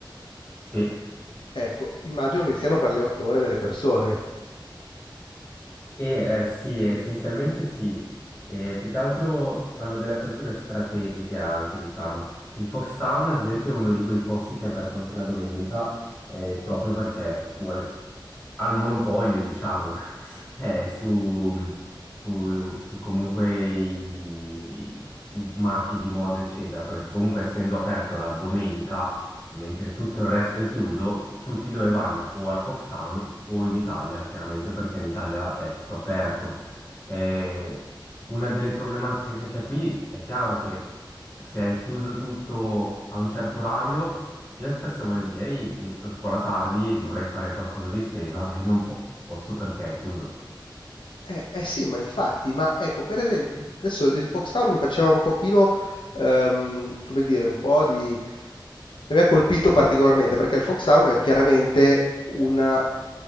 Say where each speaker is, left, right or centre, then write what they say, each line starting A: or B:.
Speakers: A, on the left; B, on the left.
A: sì.
B: Ecco, immagino che siano per le 8 ore delle persone.
A: E, eh, sì, essenzialmente sì, E più che altro fanno delle aperture strategiche anche, diciamo. Il Foxtown, ad esempio, è uno di quei posti che è aperto anche la domenica, eh, proprio perché vuole al monopolio, diciamo, <laughs> eh, su, su- su comunque i, i marchi di moda, eccetera, perché comunque essendo aperto la domenica mentre tutto il resto è chiuso, tutti dove vanno? O al Foxtown o in Italia, chiaramente perché in Italia è tutto aperto. Eh, una delle problematiche che c'è qui è chiaro che se è chiuso tutto a un certo orario, io spesso e volentieri finisco scuola tardi, dovrei fare qualcosa di spesa e non po- posso perché è chiuso.
B: Eh, eh sì, ma infatti, ma ecco, per esempio, adesso il Foxhound mi faceva un pochino, ehm, come dire, un po' di... mi aveva colpito particolarmente perché il Foxhound è chiaramente una-